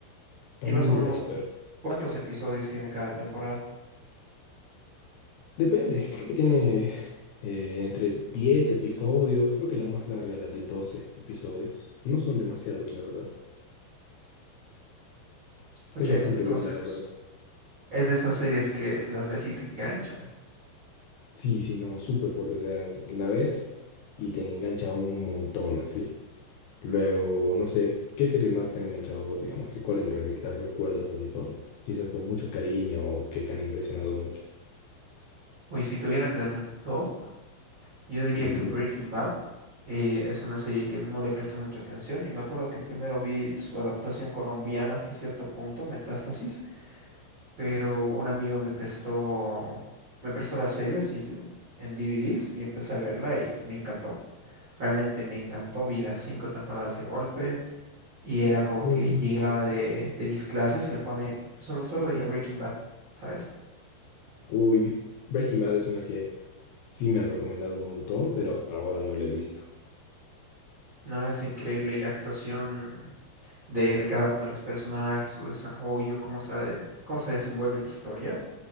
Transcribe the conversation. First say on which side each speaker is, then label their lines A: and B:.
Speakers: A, on the left (about 80°); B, on the right (about 85°).
A: Está
B: Y
A: muy
B: más o
A: buena,
B: menos,
A: pero
B: ¿cuántos episodios tiene cada temporada?
A: depende. Creo que tiene eh, entre 10 episodios. Creo que la más larga era de 12 episodios. No son demasiados, la verdad.
B: Escucha
A: Es bastante
B: eso, entonces
A: buena, la verdad.
B: es de esas series que las ves y te enganchan.
A: Sí, sí, no, súper fuerte. O sea, la ves y te engancha un montón así. Luego, no sé, ¿qué series más te han enganchado a vos, digamos? ¿Qué cuáles re- las recuerdas así con, quizás con mucho cariño o que te han impresionado mucho?
B: Uy, si tuviera que dar un top. Yo diría
A: Ujú.
B: que Breaking Bad eh, es una serie que no le presté mucha atención y me acuerdo que primero vi su adaptación colombiana hasta cierto punto, Metástasis, pero un amigo me prestó me prestó las series y l- en DVDs y empecé a verla y me encantó. Realmente me encantó, vi las cinco temporadas de golpe y era como
A: Mm.
B: que llegaba de, de mis clases y me pone, solo, solo veía Breaking Bad, ¿sabes?
A: Uy, Breaking Bad es una que sí me han recomendado un montón, pero hasta ahora no la he visto.
B: No, es increíble. Y la actuación de, de cada uno de los personajes, su desarrollo, cómo se, de- cómo se desenvuelve la historia,